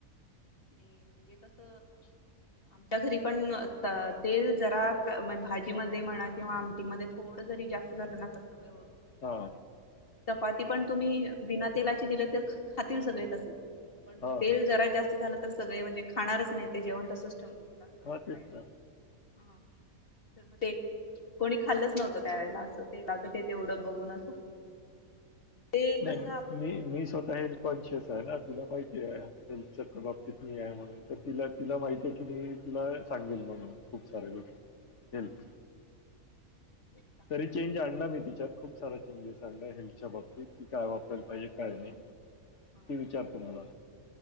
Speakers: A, on the left (about 40°); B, on the left (about 55°).
A: नाही म्हणजे कस
B: अच् <inaudible>
A: आमच्या घरी पण तेल जरा भाजी मध्ये म्हणा किंवा आमटीमध्ये. थोड जरी जास्त झालं ना तर सगळे ओरडतात.
B: हा.
A: चपाती पण तुम्ही बिना तेलाची दिले तर खातील सगळेच तसे पण
B: हां,
A: तेल
B: हां.
A: जरा जास्त झालं तर सगळे म्हणजे खाणारच नाही ते जेवण तसच ठेवून देतील अस
B: हां,
A: अस
B: तेच
A: आहे.
B: ना.
A: हा तर म ते कोणी खाल्लंच नव्हतं त्यावेेळेला असं तेलाच ते तेवड बघून असं. ते
B: नाही.
A: कसं आप-
B: मी मी स्वतः हेल्थ कॉन्शियस आहे ना तुला माहिती आहे हेल्थच्या प्र बाबतीत मी आहे म्हणून तिला तिला माहित आहे की मी तुला सांगेल म्हणून खूप साऱ्या गोष्टी हेल्थ.
A: ठी आहे <inaudible>
B: तरी चेंज आणला मी तिच्यात खूप सारा चेंजेस आणला हेल्थच्या बाबतीत की काय वापरायला पाहिजे काय नाही.
A: हा
B: ते विचारते मला